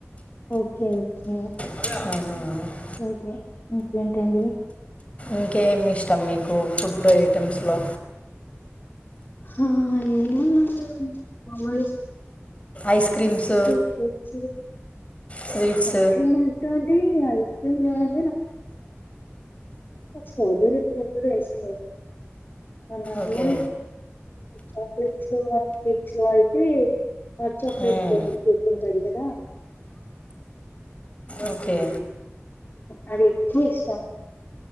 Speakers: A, on the left; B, on the left.
A: ఓకే ఓకే
B: అవు
A: అయితే ఇంకేంటండి
B: ఇంకేమి ఇష్టం మీకు ఫుడ్ టెమ్స్లో
A: హ ఏ
B: ice creams
A: street foods
B: sweets
A: ice cream ఐతే అండి ఐస్ క్రీమ్ చంటడి స్ట్రోబెర ఫ్వర్ ఐస్క్రీమ్ అ
B: ఓకే
A: మూ చట్ చిన్న ఇచ్చువైతే హాట్ చాక్లెట్
B: మ్మ్.
A: కూర్కుంటాడు కదా
B: ఓకే
A: అది ఎక్కువ ఇష్టం